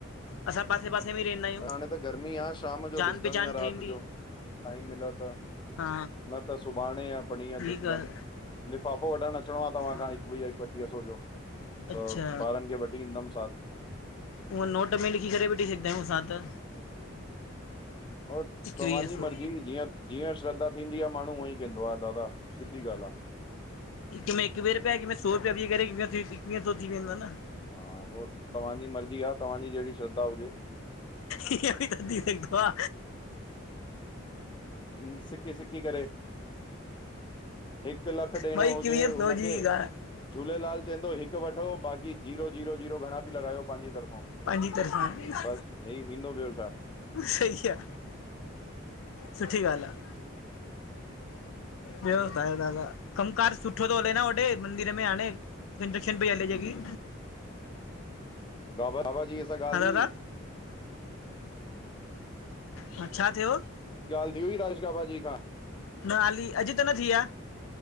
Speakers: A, on the left; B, on the left.
A: असां पासे पासे में ई रहंदा आयूं,
B: हाणे त गर्मी आहे शाम जो
A: जान
B: ॾिसंदमि
A: पहचान
B: या राति
A: ठहींदी।
B: जो टाइम मिलो त
A: हा
B: न त सुभाणे या पणीह
A: ठीकु
B: डीसदम।
A: आहे
B: लिफ़ाफ़ो वठणु अचिणो आ तव्हां
A: हा
B: खां, इकवीह एकटीह सौ जो। त
A: अच्छा
B: ॿारनि खे वठी ईंदमि साथ।
A: हुंअ नोट में लिखी करे बि ॾेई सघंदा आहियूं असां त।
B: हो
A: एकवीह
B: तव्हांजी
A: सौ
B: मर्ज़ी जीअं, जीअं श्रद्धा थींदी आ माण्हू उअई कंदो आ दादा, सिधी गाल आ।
A: हिकु में एकवी रुपया, हिकु में सौ रुपया विझी करे, एकवीह सौ थी वेंदा न।
B: हा हुओ तव्हांजी मर्जी आ, तव्हांजी जहिड़ी श्रद्धा हुजे।
A: इअ बि थी सघंदो आ।
B: हिनि सिकी-सिकी करे हिकु लख ॾियणो
A: भई एकवीह
B: हुजे हुनखे,
A: सौ जी ॻाल्हि
B: झूलेलाल चय तो हिकु वठो बाक़ी ज़ीरो-जीरो-जीरो घणा बि लॻायो पांहिंजी तरफ़ा,
A: पंहिंजी तरफ़ां
B: बसि हे ही थींदो ॿियो छा।
A: सही आ, सुठी ॻाल्हि आहि। ॿियो ॿुधायो दादा, कम कार सुठो थो हले न होॾे, मंदिर में हाणे। इंजेक्शन पई हले ज़ेकी।
B: बाबा! बाबा जी सां ॻाल्हि
A: हा
B: थी
A: दादा
B: हुई।
A: हा छा थियो?
B: गाल्हि थी हुई, राजेश बाबा जी खां?
A: न हाली, अॼु त न थी आ।